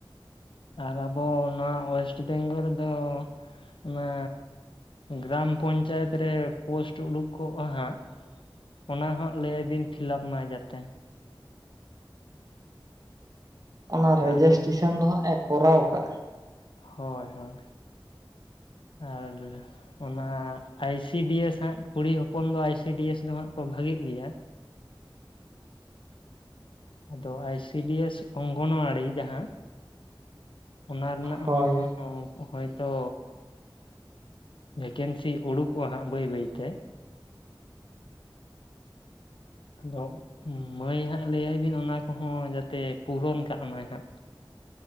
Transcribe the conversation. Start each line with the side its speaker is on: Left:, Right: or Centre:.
Left: ᱟᱨ ᱟᱵᱚ ᱱᱚᱣᱟ ᱳᱭᱮᱥᱰ ᱵᱮᱝᱜᱚᱞ ᱨᱮᱫᱚ ᱚᱱᱟ ᱜᱨᱟᱢ ᱯᱚᱧᱪᱟᱭᱮᱛ ᱨᱮ ᱯᱳᱥᱴ ᱩᱰᱩᱠ ᱠᱚᱜᱼᱟ ᱦᱟᱸᱜ ᱚᱱᱟ ᱦᱚᱸ ᱞᱟᱹᱭ ᱟᱭᱵᱤᱱ ᱯᱷᱤᱞᱟᱯ ᱢᱟ ᱡᱟᱛᱮ
Right: ᱚᱱᱟ
Left: ᱟᱨ
Right: ᱨᱮᱡᱤᱥᱴᱨᱮᱥᱚᱱ ᱫᱚ ᱦᱟᱸᱜ ᱮ ᱠᱚᱨᱟᱣ ᱟᱠᱟᱫᱼᱟ
Left: ᱦᱳᱭ ᱦᱳᱭ ᱟᱨ ᱚᱱᱟ ᱟᱭ ᱥᱤᱰᱤᱭᱮᱥ ᱦᱟᱸᱜ ᱠᱩᱲᱤ ᱦᱚᱯᱚᱱ ᱫᱚ ᱟᱭ ᱥᱤᱰᱤᱭᱮᱥ ᱫᱚ ᱦᱟᱸᱜ ᱠᱚ ᱵᱷᱟᱹᱜᱤᱜ ᱜᱮᱭᱟ ᱟᱫᱚ ᱟᱭ ᱥᱤ ᱵᱤ ᱮᱥ ᱚᱝᱜᱚᱱᱣᱟᱲᱤ ᱡᱟᱦᱟᱸ ᱚᱱᱟ ᱨᱮᱱᱟᱜ
Right: ᱦᱳᱭ
Left: ᱦᱚᱸ ᱦᱳᱭᱛᱚ ᱵᱷᱮᱠᱮᱱᱥᱤ ᱩᱰᱩᱠᱚᱜᱼᱟ ᱦᱟᱸᱜ ᱵᱟᱹᱭ ᱵᱟᱹᱭ ᱛᱮ ᱟᱫᱚ ᱢᱟᱹᱭ ᱦᱟᱸᱜ ᱞᱟᱹᱭᱟᱭ ᱵᱤᱱ ᱚᱱᱟ ᱠᱚ ᱦᱚᱸ ᱡᱟᱛᱮ ᱯᱩᱨᱚᱱ ᱠᱟᱜ ᱢᱟᱭ ᱦᱟᱸᱜ